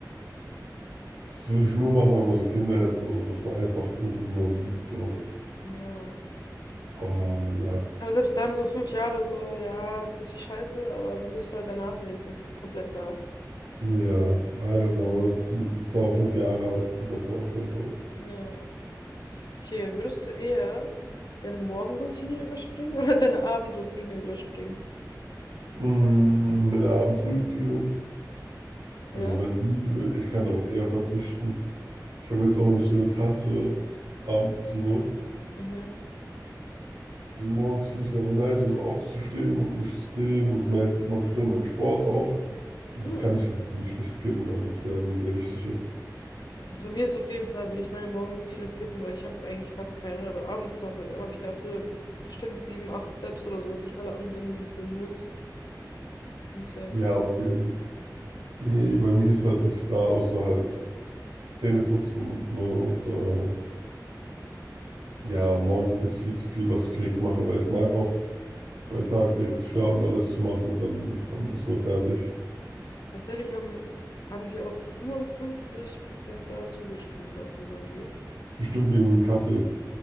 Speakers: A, on the right (about 75°); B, on the left (about 70°).
A: das würde ich nur machen, wenn man so Kinder hätte oder so, dass man einfach irgendwie die noch sieht, so.
B: Ja.
A: Aber ja,
B: Aber selbst dann so fünf Jahre so, ja, ist natürlich scheiße, aber dann bist du halt danach wenigstens komplett da.
A: ja, I don't know. Es sind- es ist aber fünf Jahre alt, sind besser auf jeden Fall.
B: Ja. Okay, würdest du eher deine Morgenroutine überspringen oder deine Abendroutine überspringen?
A: Mhm, meine Abendroutine.
B: Ja?
A: Also wenn ich müde bin, ich kann darauf eher verzichten. Ich habe jetzt auch nicht so eine krasse Abendroutine.
B: Mhm.
A: Also morgens finde ich es einfach nice, also aufzustehen und mich zu dehnen und meistens mache ich dann meinen Sport auch. Und
B: Hm.
A: das kann ich jetzt nicht nicht skippen, weil es äh, mir sehr wichtig ist.
B: Also bei mir ist auf jeden Fall, würde ich meine Morgenroutine skippen, weil ich habe eigentlich fast keine, aber abends dafür habe ich dafür bestimmt sieben, acht Steps oder so, die ich alle anwenden muss. Und Das wäre
A: Ja,
B: voll
A: okay,
B: blöd.
A: gut. Nee, bei mir ist halt nichts da, außer halt Zähne putzen, ne? Und ähm, ja,
B: Ja,
A: morgens gibt es viel zu viel, was ich direkt mache, weil ich mag auch meinen Tag direkt zu starten und alles zu machen und dann ähm, ist man fertig.
B: Tatsächlich haben, haben die auch 55% da zugestimmt, was das angeht.
A: Bestimmt wegen dem Kaffee.